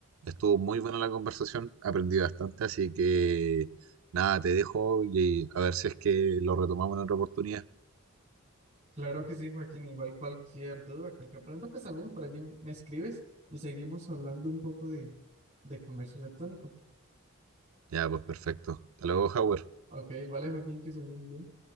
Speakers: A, on the right; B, on the right.
A: Estuvo muy buena la conversación, aprendí bastante, así que nada, te dejo y a ver si es que lo retomamos en otra oportunidad.
B: Claro que sí, Joaquín. Igual cualquier duda, cualquier pregunta, pues también por allí me escribes y seguimos hablando un poco de, de comercio electrónico.
A: Ya, pues perfecto. Hasta luego, Howard.
B: Ok, vale, Joaquín, que soy muy bien.